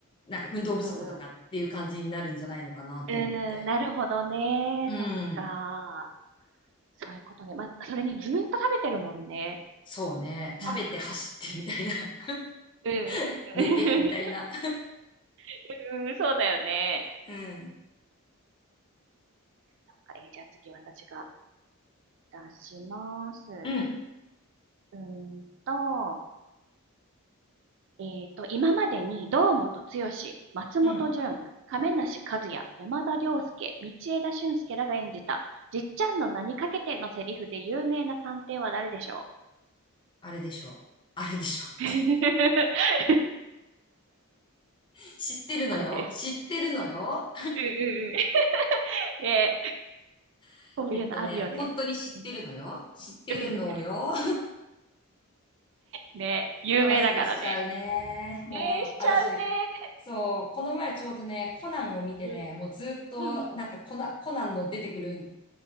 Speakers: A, on the left; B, on the right.
A: なんか運動不足とかっていう感じになるんじゃないのかなって思って。
B: うんうんうーん、なるほどね。
A: うん。
B: そっか。そういうことね。まあ、それにずっと食べてるもんね。
A: そうね。
B: なんか。
A: 食べて走ってみたいな。
B: うん、うん、
A: <laughs> 寝てみたいな。
B: うん。<laughs> うん、そうだよね。
A: うん。
B: そっか、えーじゃあ次私が出します。
A: うん。
B: うーんと、えっと、今までに堂本剛、松本潤、
A: うん。
B: 亀梨和也、山田涼介、道枝駿佑らが演じた、じっちゃんの名にかけてのセリフで有名な探偵は誰でしょ
A: あれでしょう。あれでしょうって。
B: う <laughs>
A: <laughs> 知ってるのよ。
B: あれです。
A: 知ってるのよ。
B: うんうんうん <laughs> ねえ、
A: <laughs>
B: こういうのあるよね。
A: えっとね、本当に知ってるのよ。
B: うん
A: 知ってるのよ。
B: うん。ねえ、有名だからね。
A: と忘れしちゃうね。もう、
B: えー、しちゃう
A: 私、
B: ね。
A: そう、この前ちょうどね、コナンを見てね、
B: うん。
A: もうずっと、
B: うんうん。
A: なんかコナ、コナンの出てくる、